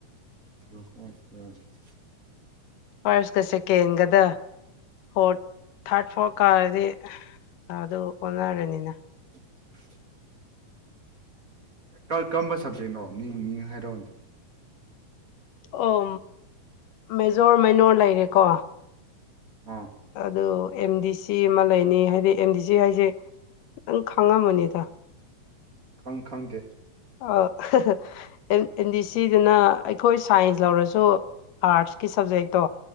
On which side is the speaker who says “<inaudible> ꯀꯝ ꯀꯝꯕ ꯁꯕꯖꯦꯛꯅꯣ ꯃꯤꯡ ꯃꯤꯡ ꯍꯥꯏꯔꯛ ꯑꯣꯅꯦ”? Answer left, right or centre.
Right